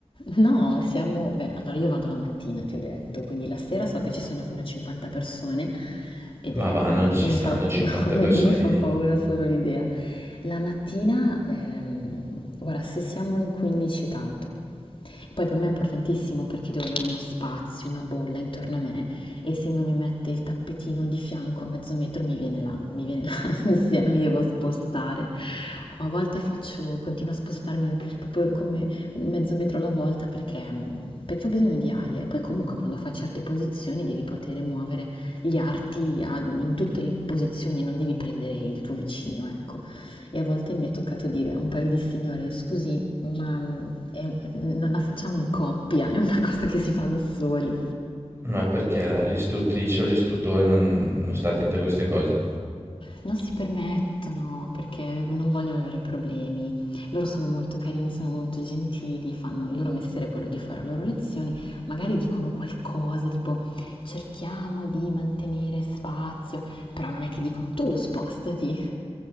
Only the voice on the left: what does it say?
No, siamo... Beh, allora io vado la mattina, ti ho detto, quindi la sera so che ci sono fino a 50 persone ed
è...
No,
mi,
mi
fa, <laughs>
no, mi,
mi
fa
paura solo l'idea. La mattina, ehm, guarda, se siamo in 15 è tanto. Poi per me è importantissimo perché devo avere uno spazio, una bolla intorno a me e se uno mi mette il tappetino di fianco a mezzo metro mi viene la, mi viene <laughs> l'ansia, mi devo spostare. O a volte faccio, continuo a spostarmi proprio come mezzo metro alla volta perché, perché ho bisogno di aria. E poi comunque quando fai certe posizioni devi poter muovere gli arti a- in tutte le posizioni, non devi prendere il tuo vicino, ecco. E a volte mi è toccato dire a un paio di signore, scusi, ma mh, è un- non la facciamo in coppia, è una cosa che si fa da soli.
Non si permettono perché non vogliono avere problemi. Loro sono molto carini, sono molto gentili, fanno il loro mestiere è quello di fare la loro lezione, magari dicono qualcosa tipo cerchiamo di mantenere spazio, però non è che dicono tu spostati,